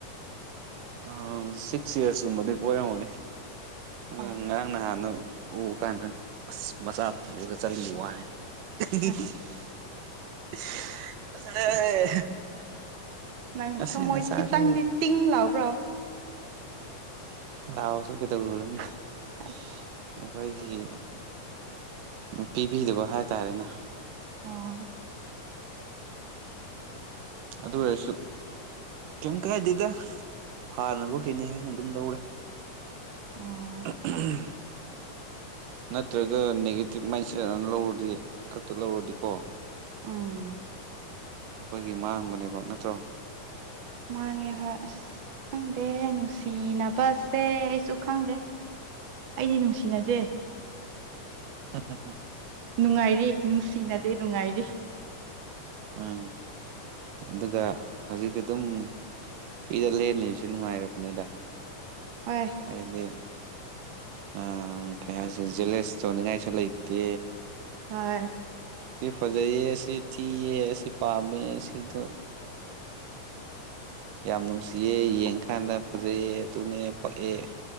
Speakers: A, on the right (about 80°); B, on the right (about 50°).
A: ꯑꯥ ꯁꯤꯛꯁ ꯏꯌꯔ ꯀꯨꯝꯕꯗꯤ ꯀ‌ꯣꯏꯔꯝꯃꯅꯤ ꯑꯗꯨ
B: ꯑꯣ
A: ꯉꯔꯥꯡ ꯅꯍꯥꯟꯗꯨ ꯎꯕ ꯀꯥꯟꯗ ꯑꯁ ꯃꯆꯥ ꯄꯨꯔꯒ ꯆꯠꯂꯝꯕ ꯋꯥꯅꯤ꯫ <unintelligible>
B: ꯑꯁ ꯅꯪ
A: ꯑꯁꯤ
B: ꯊꯃꯣꯏ
A: ꯅꯆꯥꯗꯣ
B: ꯈꯤꯇꯪꯗꯤ ꯇꯤꯡ ꯂꯥꯎꯕ꯭ꯔꯣ?
A: ꯂꯥꯎꯔꯁꯨ ꯀꯩꯗꯧꯔꯨꯔꯅꯤ ꯑꯩꯈꯣꯏꯒꯤ
B: ꯑꯁ
A: ꯄꯤꯕꯤꯗꯕ ꯍꯥꯏꯇꯥꯔꯦꯅꯦ ꯫
B: ꯑꯣ
A: ꯑꯗꯨ ꯑꯣꯏꯔꯁꯨ ꯀꯩꯏꯝ ꯀꯥꯏꯗꯦꯗ ꯐꯥꯅꯕꯒꯤꯅ‌ꯦ ꯍꯥꯏꯅ ꯑꯗꯨꯝ ꯂꯧꯔꯦ ꯫
B: ꯑꯣ
A: <unintelligible> ꯅꯠꯇ꯭ꯔꯒ ꯅꯦꯒꯦꯇꯤꯚ ꯃꯥꯏꯟꯁꯦꯠ ꯂꯧꯔꯗꯤ ꯈꯛꯇ ꯂꯧꯔꯗꯤꯀꯣ
B: ꯎꯝ
A: ꯑꯩꯈꯣꯏꯒꯤ ꯃꯥꯡꯕꯅꯦꯕ ꯅꯠꯇ꯭ꯔꯣ
B: ꯃꯥꯅꯤ ꯍꯣꯏ ꯑꯁ ꯈꯪꯗꯦ ꯅꯨꯡꯁꯤꯅꯕꯁꯦ ꯑꯩꯁꯨ ꯈꯪꯗꯦ꯫ ꯑꯩꯗꯤ ꯅꯨꯡꯁꯤꯅꯗꯦ꯫
A: <unintelligible>
B: ꯅꯨꯡꯉꯥꯏꯔꯤ ꯅꯨꯡꯁꯤꯅꯗꯦ ꯅꯨꯡꯉꯥꯏꯔꯤ ꯫
A: ꯎꯝ ꯑꯗꯨꯒ ꯍꯧꯖꯤꯛꯇꯤ ꯑꯗꯨꯝ ꯐ꯭ꯔꯤꯗ ꯂꯦꯟꯂꯤꯁꯦ ꯅꯨꯡꯉꯥꯏꯔꯕꯅꯦꯗ ꯫
B: ꯍꯣꯏ
A: ꯑꯩꯗꯤ ꯑꯥ ꯀꯩ ꯍꯥꯏꯁꯤꯔ ꯖꯦꯂꯦꯌꯁ ꯇꯧꯅꯤꯡꯉꯥꯏꯁꯨ ꯂꯩꯇꯦ
B: ꯍꯣꯏ
A: ꯁꯤ ꯐꯖꯩꯌꯦ ꯁꯤ ꯊꯤꯌꯦ ꯑꯁꯤ ꯄꯥꯝꯃꯦ ꯁꯤꯗꯣ ꯌꯥꯝ ꯅꯨꯡꯁꯤꯌꯦ ꯌꯦꯡꯀꯥꯟꯗ ꯐꯖꯩꯑ‌ꯦ ꯑꯗꯨꯅꯦ ꯄꯛꯑꯦ